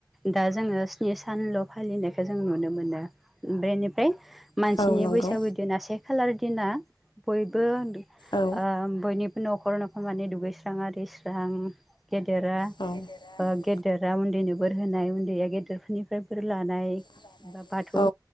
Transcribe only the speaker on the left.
औ नंगौ
औ
औ। गेदेरा
बोर लानाय
औ